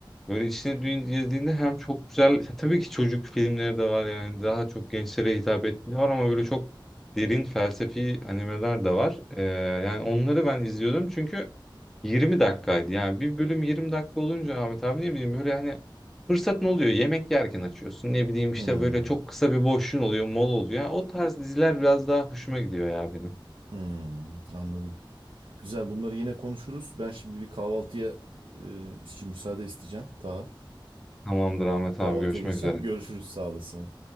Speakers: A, in the centre; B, on the right.
A: böyle içine dün- girdiğinde hem çok güzel e, tabii ki çocuk filmleri de var yani daha çok gençlere hitap ettiği de var ama böyle çok derin felsefi animeler de var. E, yani
B: Hı hı.
A: onları ben izliyordum çünkü 20 dakikaydı. Yani bir bölüm 20 dakika olunca Ahmet abi ne bileyim böyle hani fırsat ne oluyor. Yemek yerken açıyorsun. Ne bileyim işte
B: Hmm,
A: böyle çok kısa bir boşluğun oluyor, mol oluyor. Yani o tarz diziler biraz daha hoşuma gidiyor ya benim.
B: hmm, anladım. Güzel bunları yine konuşuruz. Ben şimdi bir kahvaltıya e, için müsaade isteyeceğim. Daha
A: Tamamdır Ahmet
B: kahvaltıya
A: abi görüşmek
B: geçeceğim.
A: üzere.
B: Görüşürüz sağ olasın.